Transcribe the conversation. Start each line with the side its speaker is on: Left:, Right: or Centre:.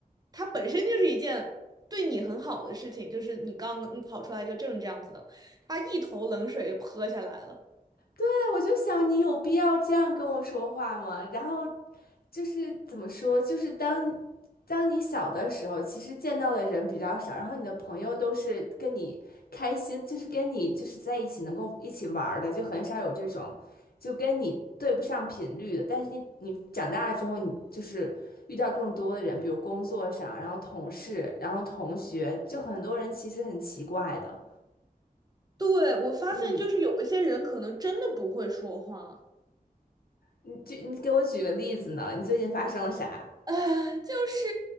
Right: 他本身就是一件对你很好的事情，就是你刚刚考出来一个证这样子的，他一头冷水泼下来了。
Left: 对，我就想你有必要这样跟我说话吗？然后就是怎么说，就是当当你小的时候，其实见到的人比较少，然后你的朋友都是跟你开心，就是跟你就是在一起能够一起玩儿的，就很少有这种就跟你对不上频率的。但是你你长大了之后，你就是遇到更多的人，比如工作上，然后同事，然后同学，就很多人其实很奇怪的。
Right: 对，我发现就是有一些人可能真的不会说话。
Left: 嗯，你就你给我举个例子呢？你最近发生了啥？
Right: 呃，就是